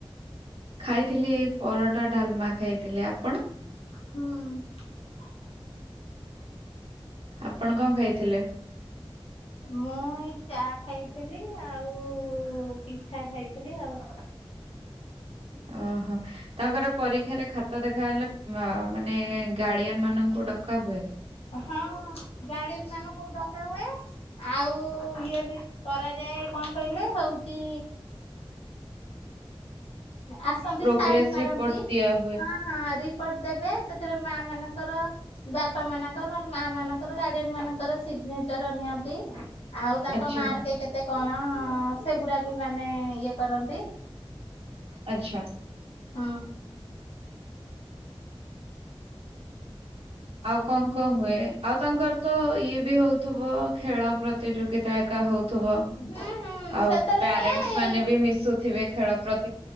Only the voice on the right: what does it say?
ଖାଇଥିଲି ପରଟା ଡାଲମା ଖାଇଥିଲି। ଆପଣ?
ଆପଣ କଣ ଖାଇଥିଲେ?
<inaudible> ଓହୋ ତାଙ୍କର ପରୀକ୍ଷାରେ ଖାତା ଦେଖା ହେଲେ ମାନେ ଗାଡ଼ିଆନ ମାନକୁ ଡକା ହୁଏ।
ପ୍ରୋଗ୍ରେସ
ରିପୋର୍ଟ ଦିଆ ହୁଏ
ଆଚ୍ଛା
ଆଚ୍ଛା।
ଆଉ କଣ କଣ ହୁଏ ଆଉ ତାଙ୍କର ତ ଇଏ ବି ହଉଥିବ ଖେଳ ପ୍ରତିଯୋଗିତା ଏକା ହଉ ଥ
ଆଉ
ପ୍ୟାରେଣ୍ଟସ
ମାନେ ବି ମିଶୁଥିବେ ଖେଳ ପ୍ରତି